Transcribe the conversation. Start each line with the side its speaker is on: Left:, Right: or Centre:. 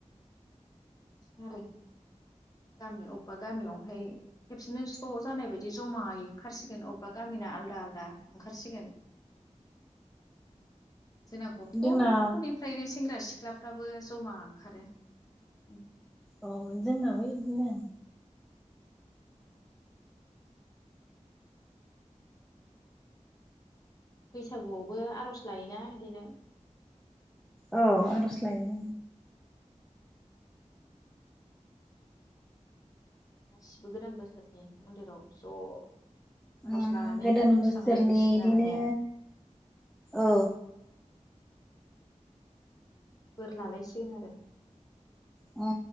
Left: बिदिनो आरो गामिआव अबबा गामिआवहाय खेबसेनो स्र जानाय बायदि जमायै ओंखारसिगोन अबा गामि गामिना आलदा आलदा ओंखारसिगोन। <unintelligible> जोंना गथ'निफ्रायनो
Centre: जोंना
Left: सेंग्रा सिख सिख्लाफ्राबो जमा ओंखारो। उम
Centre: अ जोंनाबो इदिनो।
Left: ओ बैसागुआवबो आरज लायोना इदिनो।
Centre: अ आरज लायो।
Left: उम गासिबो गोदान बोसोरनि मन्दिराव ज आर'ज
Centre: उम
Left: लानानै
Centre: गोदान
Left: खुलुमस्रांलायलायसिगोन
Centre: बोसोरनि इदिनो
Left: आरो ने
Centre: औ।
Left: बोर लालायसिगोन आरो।
Centre: ओम